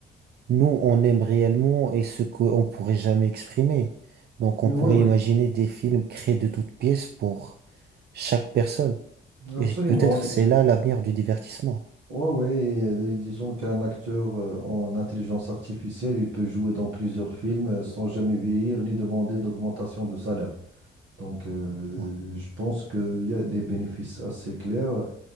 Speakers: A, on the right; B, on the right.
A: nous, on aime réellement et ce qu'on pourrait jamais exprimer. Donc,
B: Oui,
A: on pourrait
B: oui,
A: imaginer des films créés de toutes pièces pour chaque personne.
B: absolument.
A: Et peut-être c'est là l'avenir du divertissement.
B: Oui, oui. et, euh, Disons qu'un acteur euh, en intelligence artificielle, il peut jouer dans plusieurs films euh, sans jamais vieillir ni demander d'augmentation de salaire. Donc, euh,
A: Ouais,
B: je pense qu'il y a des bénéfices assez clairs